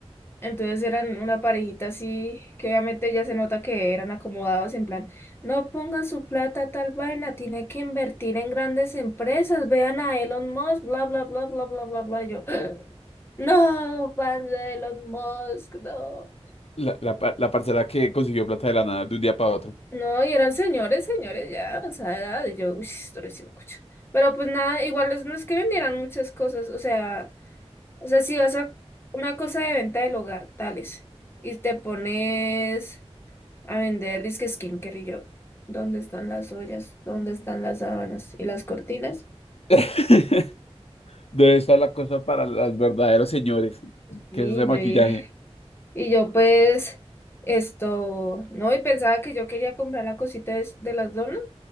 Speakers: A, on the left; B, on the left.
A: Entonces eran una parejita así, que obviamente ya se nota que eran acomodados en plan, no ponga su plata a tal vaina, tiene que invertir en grandes empresas, vean a Elon Musk, bla, bla, bla, bla, bla, bla, bla. Y yo, <gasps> no, pan de Elon Musk, no.
B: La, la, par- la parcela que consiguió plata de la nada de un día para otro.
A: No, y eran señores, señores, ya de avanzada edad, y yo, uy, esto lo hice mucho. Pero pues nada, igual es- no es que vendieran muchas cosas, o sea, o sea, si vas a una cosa de venta del hogar, tales, y te pones a vender disque skincare y yo, ¿dónde están las ollas? ¿Dónde están las sábanas y las cortinas?
B: <laughs> Debe estar la cosa para los verdaderos señores,
A: Y
B: que es ese maquillaje.
A: yo, dije- y, yo pues, esto, no, y pensaba que yo quería comprar la cosita de, de las donas,